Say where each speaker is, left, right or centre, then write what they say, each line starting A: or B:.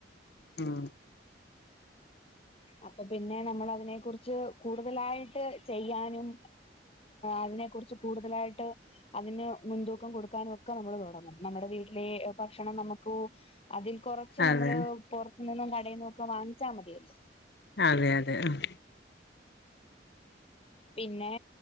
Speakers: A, on the left; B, on the left.
A: ഉം
B: അപ്പൊ പിന്നെ നമ്മള അതിനെ കുറിച്ച് കൂടുതലായിട്ട് ചെയ്യാനും അതിനെ കുറിച്ച് കൂടുതലായിട്ട് അതിന് മുൻതൂക്കം കൊടുക്കാനൊക്കെ നമ്മള് തുടങ്ങും നമ്മുടെ വീട്ടിലെ ഭക്ഷണം നമുക്ക് അതിൽ കൊറച്ച്
A: അതെ
B: നമ്മള് പുറത്തു നിന്നും കടയിൽ നിന്നൊക്കെ വാങ്ങിച്ചാൽ മതിയല്ലോ
A: അതെ അതെ ആഹ്
B: പിന്നെ